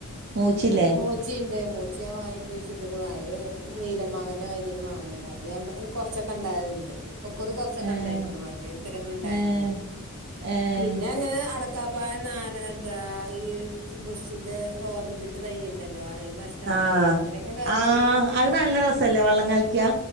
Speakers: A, on the right; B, on the right.
A: മൂച്ചില്ലേ
B: മൂച്ചിണ്ട് മൂച്ചി ഞാൻ വാങ്ങി കുഴിച്ചിട്ട്ക്ക്ണു <unintelligible> നീല മാങ്ങന്റെ മാതിരിരു മാങ്ങയാണ് അത് കുറച്ചൊക്കെ ഉണ്ടാവലുണ്ട് ഇപ്പൊ കൊറി കുറച്ചൊക്കെ
A: ഏഹ്
B: ഇണ്ടായിക്ക്ണു മറ്റേ ഇത്തരൊന്നും ഇണ്ടാവലില്ല
A: ഏഹ് ഏഹ്
B: പിന്നെ ഞാൻ അട് ക്ക പയ നാര എന്താ ഈ ബുഷിന്റെ ഓറഞ്ചിന്റെ തൈ ഇണ്ടല്ലോ അയ് നഷ്ടമാര്
A: ആഹ്
B: അങ്ങനെയൊക്കെ കായ്ച്ചിന്
A: ആഹ് അത് നല്ല രസല്ലേ വെള്ളം കളിക്കിയാ